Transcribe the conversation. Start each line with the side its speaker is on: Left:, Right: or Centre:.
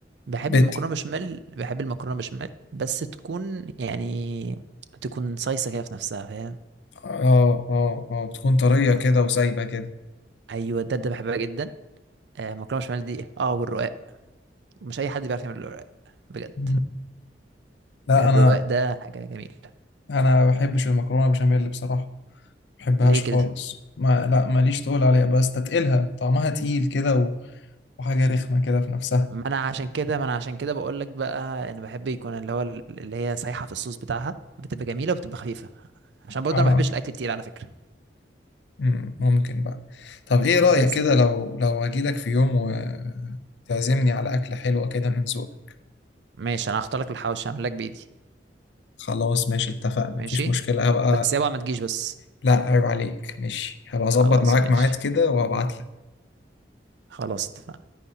Right: بحب
Left: بيت
Right: المكرونه بشاميل بحب المكرونه بشاميل بس تكون يعني تكون صيصه كده في نفسها فاهم
Left: اه اه اه بتكون طريه
Right: آه،
Left: كده وسايبه كده
Right: ايوه ده ده بحبها جدا آه، مكرونه بشاميل دي اه والرقاق ومش اي حد بيعرف يعمل الرواق بجد
Left: مم. لا
Right: الرواق
Left: انا
Right: ده حاجه جميله
Left: انا ما بحبش المكرونه بشاميل بصراحه ما بحبهاش
Right: ليه كده
Left: خالص ما لا ماليش تقول عليها بستتقلها طعمها تقيل كده و... وحاجه رخمه كده في نفسها
Right: ما انا عشان كده ما انا عشان كده بقول لك بقى انا بحب يكون اللي هو اللي هي سايحه في الصوص بتاعها بتبقى جميله وبتبقى خفيفه عشان برضه
Left: اه
Right: انا ما بحبش الاكل تقيل على فكره
Left: مم، ممكن بقى طب ايه رايك
Right: بس
Left: كده
Right: كده
Left: لو لو اجي لك في يوم و- وتعزمني على اكله حلوه كده من ذوقك
Right: ماشي انا هختار لك الحواوشي هعمل لك بايدي
Left: خلاص ماشي اتفقنا
Right: ماشي
Left: مفيش مشكلة هبقى
Right: بس اوعى ما تجيش بس
Left: لا عيب عليك ماشي هبقى اظبط
Right: خلاص
Left: معاك
Right: ماشي
Left: ميعاد كده وهبعت
Right: خلاص اتفقنا